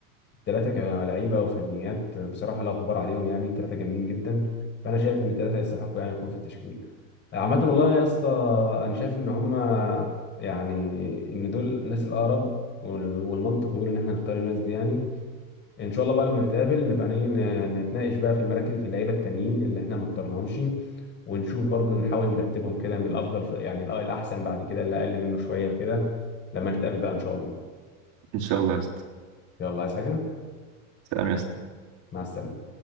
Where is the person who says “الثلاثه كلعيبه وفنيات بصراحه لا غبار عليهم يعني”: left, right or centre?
Left